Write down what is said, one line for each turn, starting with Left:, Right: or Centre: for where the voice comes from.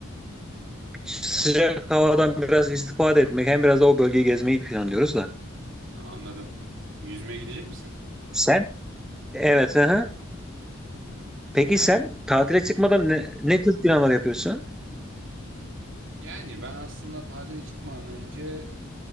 Centre: e, sıcak havadan biraz istifade etmek hem biraz da o bölgeyi gezmeyi planlıyoruz da.
Right: Aa, Anladım. Yüzmeye gidecek misin?
Centre: Sen? Evet. Aha. Peki
Right: Yani
Centre: sen tatile çıkmadan ne, ne tür planlar yapıyorsun?
Right: yani ben aslında tatile çıkmadan önce